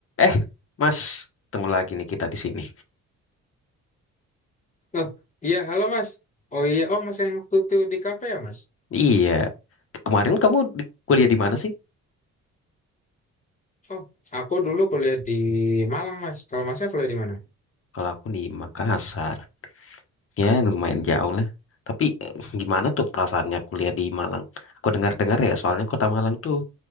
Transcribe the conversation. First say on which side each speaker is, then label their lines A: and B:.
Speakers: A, on the left; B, on the left.
A: Eh, Mas, ketemu lagi nih kita di sini.
B: Oh, iya, halo Mas. Oh iya, oh Mas yang waktu itu di kafe ya Mas?
A: Iya, kemarin kamu di, kuliah di mana sih?
B: Oh, aku dulu kuliah di Malang Mas. Kalau Masnya kuliah di mana?
A: Kalau aku di Makassar. Ya, lumayan jauh lah. Tapi eh, gimana tuh perasaannya kuliah di Malang? Aku dengar-dengar ya, soalnya kota Malang tuh